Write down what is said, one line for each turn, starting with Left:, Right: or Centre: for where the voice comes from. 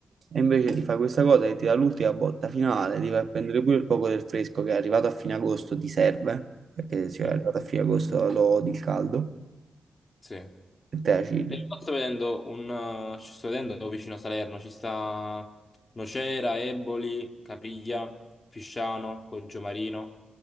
Right: E invece ti fai questa cosa che ti dà l'ultima botta finale, ti vai a prendere pure il poco del fresco che è arrivato a fine agosto, ti serve, perché se
Left: Mhm.
Right: è arrivato a fine agosto lo odi il caldo,
Left: Sì. E
Right: e te la chilli.
Left: qua sto vedendo un... eh, ci sto vedendo vicino a Salerno, ci sta Nocera, Eboli, Capriglia, Fisciano, Poggiomarino.